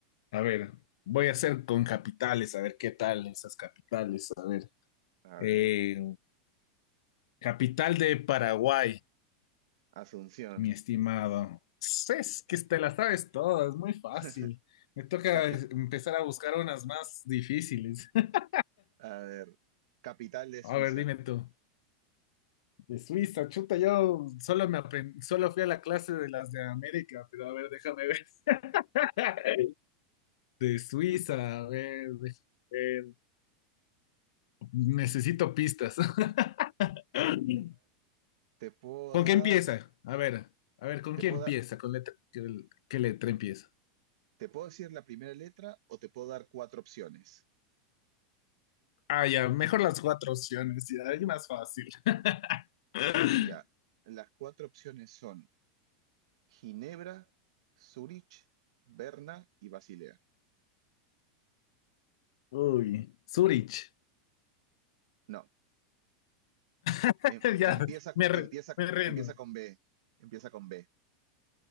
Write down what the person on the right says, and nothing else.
A
ver,
Asunción.
<laughs>
Capi-
a ver, capital de Suiza.
Te puedo
dar,
te
puedo
dar-
te puedo decir la primera letra o te puedo dar cuatro opciones.
Ya, las cuatro opciones son Ginebra, Zúrich, Berna y Basilea.
No,
em-
empieza,
empieza,
empieza con B. Empieza con B.